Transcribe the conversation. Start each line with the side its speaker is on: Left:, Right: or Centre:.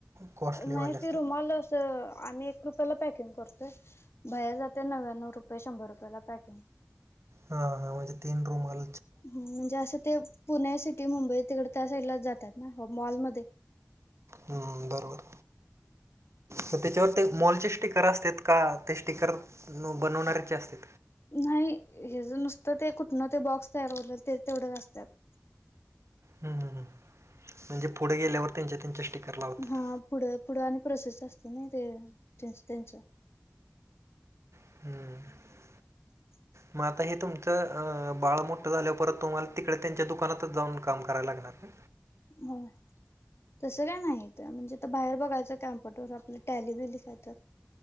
Right: कॉस्टलीवाले
Left: नाही
Right: असतात
Left: ते रुमाल अस आम्ही एक रुपयाला पॅकिंग करतोय. बाहेर जाते नव्यानव्व रूपये शंभर रुपयाला पॅकिंग.
Right: हा हा म्हणजे तीन रूमाल.
Left: ह म्हणजे असं ते पुणे सिटी, मुंबई तिकड त्या साईडला जातात ना मॉलमध्ये.
Right: बरोबर तर त्याच्यावर ते मॉलचे स्टिकर असत का ते स्टिकर बनवणारचे असते.
Left: नाही हे ज नुसतं ते कुठनं ते बॉक्स तयार होयल असते तेवढंच असत्यात.
Right: हम्म हम म्हणजे पुढे गेल्यावर त्यांच्या त्यांच्या. स्टिकर लावतात
Left: हा पुढं पुढं आणि प्रोसेस असत ना ते त्यांच त्यांच.
Right: हम्म.
Left: <inaudible>
Right: मग आता हे तुमचं अ बाळ मोठं झाल्यावर परत तुम्हाला तिकडे त्यांच्या दुकानातच जाऊन काम करायला लागणार.
Left: हो तसं काय नाही म्हणजे तर बाहेर बघायचं कॅम्प्युटरवर आपल्या टॅली बी लि काय तर.